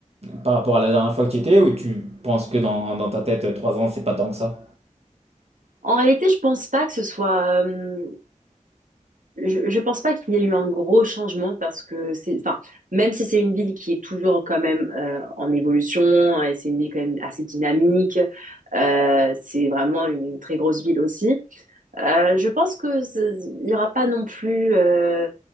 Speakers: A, on the right (about 50°); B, on the right (about 75°).
A: par rapport à la dernière fois que tu y étais ou tu penses que dans, dans ta tête, 3 ans, c'est pas tant que ça?
B: En réalité, je pense pas que ce soit. euh, Je, je pense pas qu'il y ait eu un gros changement parce que c'est, enfin, même si c'est une ville qui est toujours quand même euh, en évolution et c'est une ville quand même assez dynamique, euh, c'est vraiment une, une très grosse ville aussi. Euh, je pense que c'est- il n'y aura pas non plus euh,